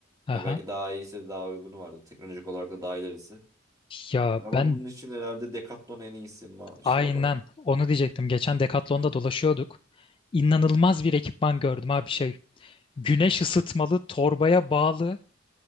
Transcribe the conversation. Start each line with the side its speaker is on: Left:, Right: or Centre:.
Left: Aha.
Right: Ya belki daha iyisi daha uygunu vardı. Teknolojik olarak da daha ilerisi.
Left: Ya
Right: Ama
Left: ben
Right: bunun için herhalde Decathlon en iyisi ma-
Left: aynen
Right: şey olarak.
Left: onu diyecektim. Geçen Decathlon'da dolaşıyorduk. İnanılmaz bir ekipman gördüm abi şey. Güneş ısıtmalı torbaya bağlı